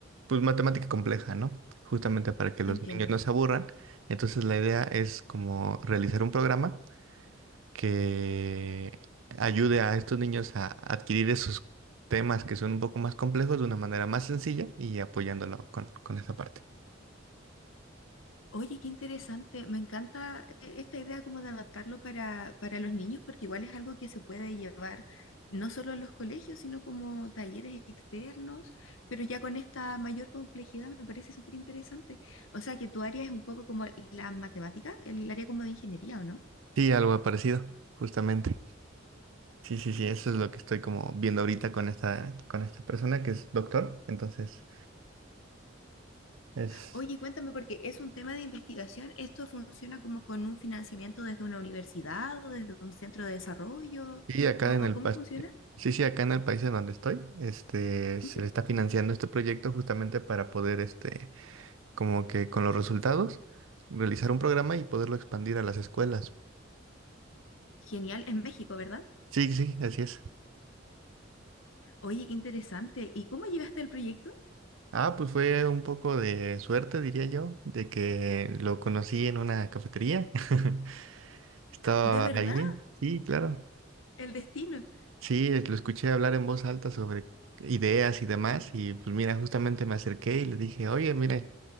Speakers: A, on the right (about 90°); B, on the left (about 85°).
A: pues, matemática compleja, ¿no? Justamente para que los
B: Entiendo.
A: niños no se aburran. Entonces, la idea es como realizar un programa que ayude a estos niños a adquirir esos temas que son un poco más complejos de una manera más sencilla y apoyándolo con, con esa parte.
B: Oye, qué interesante. Me encanta eh, esta idea como de adaptarlo para, para los niños, porque igual es algo que se puede llevar no solo a los colegios, sino como talleres externos, pero ya con esta mayor complejidad me parece súper interesante. O sea, que tu área es un poco como la matemática, el área como de ingeniería, ¿o no?
A: Sí, algo parecido, justamente. Sí, sí, sí, eso es lo que estoy como viendo ahorita con esta, con esta persona que es doctor. Entonces, es,
B: Oye, cuéntame, porque es un tema de investigación, ¿esto funciona como con un financiamiento desde una universidad o desde un centro de desarrollo?
A: sí, acá
B: ¿O, o
A: en el,
B: cómo
A: pas-
B: funciona?
A: sí, sí, acá en el país en donde estoy, este, se
B: Ujú.
A: le está financiando este proyecto justamente para poder, este, como que con los resultados, realizar un programa y poderlo expandir a las escuelas.
B: Genial, en México, ¿verdad?
A: Sí, sí, así es.
B: Oye, qué interesante. ¿Y cómo llegaste al proyecto?
A: Ah, pues fue un poco de suerte, diría yo, de que lo conocí en una cafetería. <laughs> Estaba
B: De verdad,
A: allí, sí, claro.
B: el destino.
A: Sí, es- lo escuché hablar en voz alta sobre ideas y demás. Y pues mira, justamente me acerqué y le dije, oye, mire,